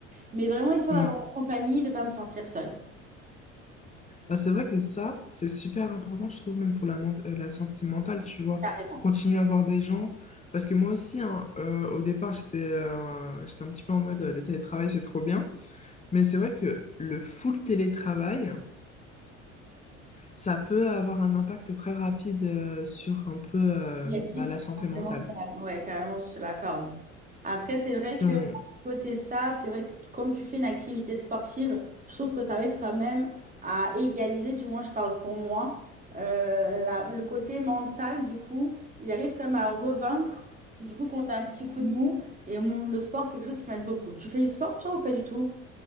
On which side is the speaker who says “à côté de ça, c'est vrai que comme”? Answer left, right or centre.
Right